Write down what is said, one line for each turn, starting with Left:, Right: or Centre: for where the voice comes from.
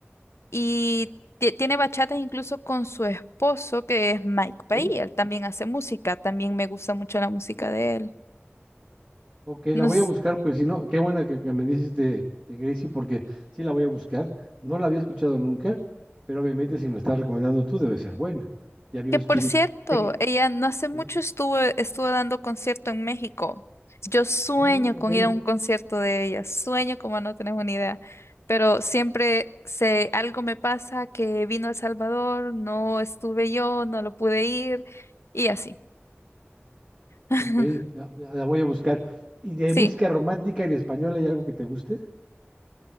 Left: Y ti- tiene bachatas incluso con su esposo, que es Mike Pay.
Right: ¿eh?
Left: Él también hace música. También me gusta mucho la música de él.
Right: Ok, la
Left: No
Right: voy
Left: s-
Right: a buscar, pues si no, qué buena que, que me dices de, de Gracie, porque sí la voy a buscar. No la había escuchado nunca, pero obviamente si me la estás recomendando tú, debe ser buena. Ya vimos
Left: que por
Right: quién.
Left: cierto,
Right: de qué-
Left: ella no hace mucho
Right: sí,
Left: estuvo, estuvo dando concierto en México. Yo sueño
Right: no me- ok,
Left: con ir a un concierto de ella. Sueño como no tenés una idea. Pero siempre sé, algo me pasa que vino a El Salvador, no estuve yo, no lo pude ir y así. <laughs>
Right: ok, la, la- la voy a buscar. ¿Y de
Left: Sí,
Right: música romántica en español hay algo que te guste?